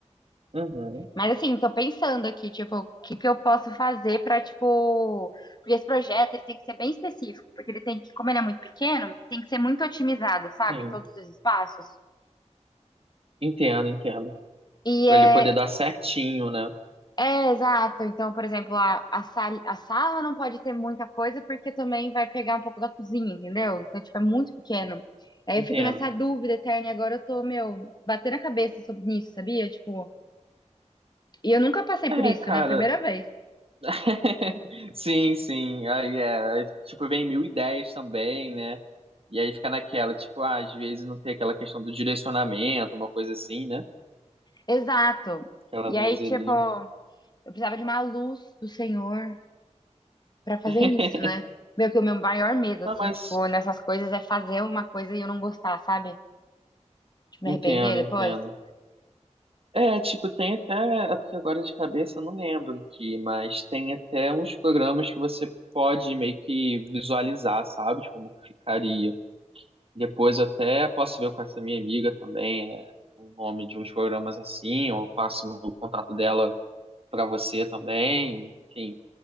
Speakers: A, on the right (about 50°); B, on the left (about 35°).
A: uhum,
B: Mas assim, tô pensando aqui, tipo, o que que eu posso fazer pra, tipo. Porque esse projeto ele tem que ser bem específico, porque ele tem que, como ele é muito pequeno, tem que ser muito otimizado, sabe?
A: sim.
B: Todos os espaços.
A: Entendo, entendo.
B: E
A: Pra
B: é,
A: ele poder dar certinho, né?
B: É, exato. Então, por exemplo, a, a, sal- a sala não pode ter muita coisa porque também vai pegar um pouco da cozinha, entendeu? Então, tipo, é muito pequeno. Aí
A: Entendo.
B: eu fico nessa dúvida eterna e agora eu tô, meu, batendo a cabeça sobre isso, sabia? Tipo, e eu nunca passei
A: É,
B: por isso,
A: cara.
B: né? Primeira vez.
A: <laughs> Sim, sim. Aí é. aí, Tipo, vem mil ideias também, né? E aí fica naquela, tipo, ah, às vezes não tem aquela questão do direcionamento, uma coisa assim, né?
B: Exato.
A: Aquela
B: E
A: luz
B: aí, tipo,
A: ali.
B: eu precisava de uma luz do Senhor pra fazer
A: <laughs>
B: isso, né? Meu, que o meu maior medo, assim,
A: Não, mas
B: tipo, nessas coisas é fazer uma coisa e eu não gostar, sabe? Tipo, me
A: entendo,
B: arrepender depois.
A: entendo. É, tipo, tem até, é porque agora de cabeça eu não lembro aqui, mas tem até uns programas que você pode meio que visualizar, sabe? De como que ficaria. Depois eu até posso ver com essa minha amiga também é, o nome de uns programas assim, ou eu passo o contato dela para você também, enfim.